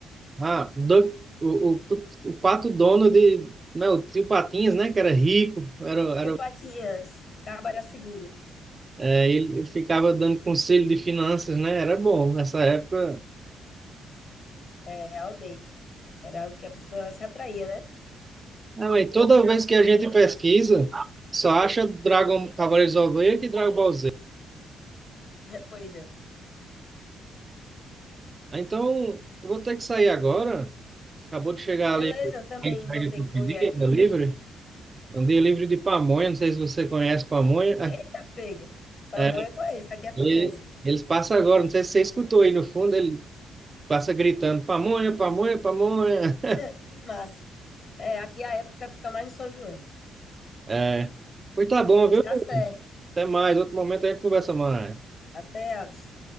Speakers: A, on the right; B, on the left.
A: Ah, do, o, o, o pato dono de, né, o tio Patinhas, né, que era rico, era, era,
B: Que o Patinhas, Cabo seguro.
A: é, ele, ele ficava dando conselho de finanças, né, era bom nessa época.
B: É, realmente. Era algo que a pessoa se atraía, né?
A: Ah, mas toda vez que a gente pesquisa, só acha Dragon Cavaleiros do Zodíaco e Dragon Ball Z.
B: <laughs> Pois é.
A: Ah, Então, eu vou ter que sair agora. Acabou de chegar
B: Beleza,
A: ali
B: eu também
A: a entrega
B: vou ter
A: que eu
B: que correr
A: pedi,
B: aqui.
A: a delivery. É Um delivery de pamonha, não sei se você conhece pamonha.
B: Eita, pega. Pamonha
A: É,
B: é com esse, aqui é famoso.
A: e eles passam agora, não sei se você escutou aí no fundo, ele Passa gritando, pamonha, pamonha, pamonha.
B: <laughs> Que massa. É, aqui a época fica mais no São João.
A: É. Pois tá bom,
B: Pois
A: viu?
B: tá certo.
A: Até mais. Outro momento a gente conversa mais.
B: Até, Alisson.